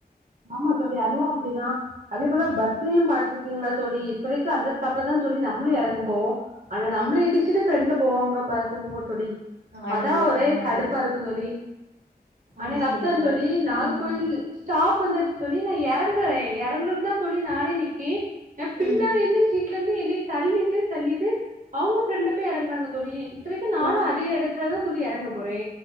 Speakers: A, on the right; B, on the right.
A: ஆமா தோழி அதுவு அப்டிதா அதே போல பஸ்லயும் பாத்ருக்கீங்ளா தோழி இத்தனைக்கு அந்த ஸ்டாப்புல தா தோழி நம்மளு எறங்கு போம் ஆனா நம்மள
B: ம்.
A: இடிச்சுட்டு ஃப்ரெண்ட்ல போவாங்க பாத்துங்க தோழி
B: ஐயோ!
A: அதா ஒரே
B: ஆமா
A: கடுப்பா
B: தோழி.
A: இருக்கு தோழி அன்னைக்கு
B: ஆமா
A: அப்தா தோழி
B: பஸ்
A: நாகர்
B: ம்.
A: கோவில் ஸ்டாப் வந்தாச்சு தோழி நா எறங்குறே எறங்குறதுக்கு தா தோழி நானே நிக் கி நா பின்னாடி
B: ம்.
A: இருந்து சீட் இருந்து என்னய தள்ளிட்டு தள்ளிட்டு அவங்க ஃப்ரெண்ட போய் எறங்குவாங்க தோழி இத்னைக்கு நானு
B: ஆ.
A: அதே எடத்துலதா தோழி எறங்க போறே